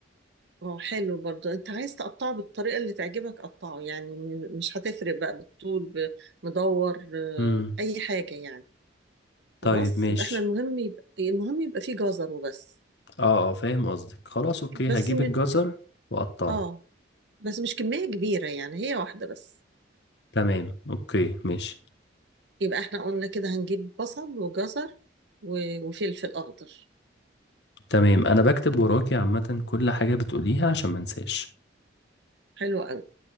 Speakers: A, on the right; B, on the left.
A: اه حلو برضه انت عايز تقطعه بالطريقه اللي تعجبك قطعه يعني م- مش هتفرق بقى بالطول بمدور آه،
B: امم
A: اي حاجه يعني
B: طيب
A: خلاص
B: ماشي
A: يبقى احنا المهم يبقى المهم يبقى فيه جزر وبس
B: اه اه فاهم قصدك خلاص اوكي
A: بس
B: هجيب
A: م...
B: الجزر واقطعه
A: اه بس مش كميه كبيره يعني هي واحده بس
B: تمام اوكي ماشي
A: يبقى احنا قلنا كده هنجيب بصل وجزر و... وفلفل اخضر
B: تمام انا بكتب وراكي عامة كل حاجة بتقوليها عشان ما انساش
A: حلو